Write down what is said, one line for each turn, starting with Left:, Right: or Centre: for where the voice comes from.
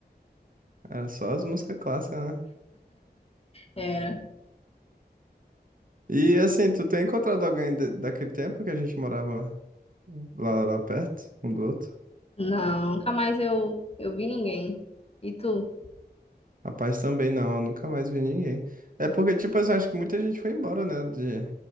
Right: Era só as músicas clássicas, né?
Left: Era.
Right: E assim, tu tem encontrado alguém de- daquele tempo que a gente morava lá, lá perto, um do outro?
Left: Não, nunca mais eu, eu vi ninguém. E tu?
Right: Rapaz, também não, eu nunca mais vi ninguém. É porque, tipo assim, acho que muita gente foi embora, né? De...